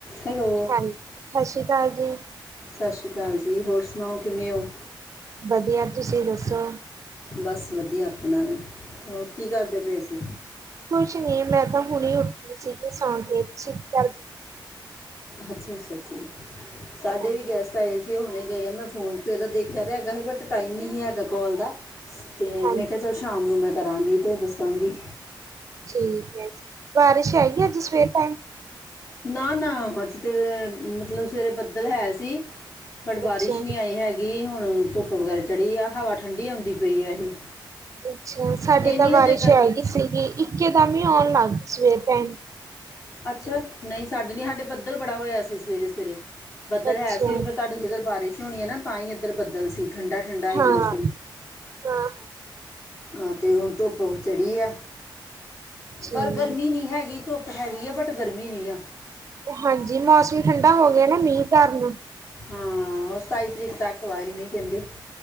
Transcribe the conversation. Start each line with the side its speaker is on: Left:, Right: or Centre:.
Left: ਹੈਲੋ
Right: ਹਾਂਜੀ, ਸਤਿ ਸ੍ਰੀ ਅਕਾਲ ਜੀ।
Left: ਸਤਿ ਸ਼੍ਰੀ ਅਕਾਲ ਜੀ, ਹੋਰ ਸੁਣਾਓ ਕਿਵੇਂ ਓ?
Right: ਵਧੀਆ, ਤੁਸੀਂ ਦੱਸੋ
Left: ਬਸ ਵਧੀਆ ਆਪਣਾ ਵੀ ਹੋਰ ਕੀ ਕਰਦੇ ਪਏ ਸੀ
Right: ਕੁਛ ਨੀ, ਮੈਂ ਤਾਂ ਹੁਣੀ ਉੱਠੀ ਸੀਗੀ ਸੌ ਕੇ ਸਿੱ ਕਰਦੀ
Left: ਅੱਛਾ-ਅੱਛਾ ਜੀ, ਸਾਡੇ
Right: ਹਾਂ
Left: ਵੀ ਗੈਸਟ ਆਏ ਹੋਏ ਤੇ ਹੁਣੇ ਗਏ ਆ ਮੈਂ ਫੋਨ ਤੇਰਾ ਦੇਖਿਆ ਤੇ ਹੈਗਾ ਸੀ ਬਟ ਟਾਈਮ ਨਹੀਂ ਸੀ ਹੈਗਾ ਕੋਲ ਦਾ ਤੇ
Right: ਹਾਂਜੀ,
Left: ਮੈਂ ਕਿਹਾ ਚਲ ਸ਼ਾਮ ਨੂੰ ਮੈਂ ਕਰਾਂਗੀ ਤੇ ਦੱਸਾਂਗੀ
Right: ਠੀਕ ਹੈ ਜੀ, ਬਾਰਿਸ਼ ਹੈਗੀ ਅੱਜ ਸਵੇਰ ਟਾਈਮ?
Left: ਨਾ-ਨਾ, ਅਜ ਤੇ ਮਤਲਬ ਸਵੇਰੇ ਬੱਦਲ ਹੈ ਸੀ ਸੀ, ਬਟ ਬਾਰਿਸ਼
Right: ਅੱਛਾ,
Left: ਨਹੀਂ ਆਈ ਹੈਗੀ ਗੀ ਹੁਣ ਧੁੱਪ ਵਗੈਰਾ ਚੜੀ ਆ ਹਵਾ ਠੰਡੀ ਆਂਦੀ ਪਈ ਆ ਇਹ
Right: ਅੱਛਾ ਸਾਡੀ
Left: ਇਹ ਨਹੀਂ
Right: ਤਾਂ ਬਾਰਿਸ਼
Left: ਹਜੇ ਗਰਮੀ
Right: ਹੈਗੀ ਸੀਗੀ ਇੱਕੇ ਦਮ ਈ ਆਉਣ ਲੱਗ ਗਈ ਸਵੇਰ ਟਾਈਮ
Left: ਅੱਛਾ ਨਹੀਂ ਸਾਡੇ ਨੀ ਸਾਡੇ ਪੱਦਲ ਬੜਾ ਹੋਇਆ ਸੀ ਸਵੇਰੇ ਸਵੇਰੇ ਬੱਦਲ
Right: ਅੱਛਾ,
Left: ਹੈ ਸੀ ਓ ਫਿਰ ਤੁਹਾਡੇ ਜਿੱਧਰ ਬਾਰਿਸ਼ ਹੋਣੀ ਹੈ ਨਾ ਤਾਂ ਹੀ ਇੱਧਰ ਬੱਦਲ ਸੀ, ਠੰਡਾ ਠੰਡਾ ਹੀ
Right: ਹਾਂ,
Left: ਮੌਸਮ
Right: ਹਾਂ। ਹਾਂ,
Left: ਹਾਂ ਤੇ ਹੁਣ ਧੁੱਪ ਚੜੀ ਐ
Right: ਅੱਛਾ
Left: ਪਰ
Right: ਜੀ,
Left: ਗਰਮੀ ਨਈ ਹੈਗੀ ਧੁੱਪ ਹੈਗੀ ਆ ਬਟ ਗਰਮੀ ਨੀ ਆ।
Right: ਹਾਂਜੀ ਮੌਸਮ ਠੰਡਾ ਹੋ ਗਿਆ ਨਾ ਮੀਂਹ ਕਾਰਨ
Left: ਹਾਂ ਓ ਸਤਾਈ ਤਰੀਕ ਤੱਕ ਇਵੈ ਕੈਂਦੇ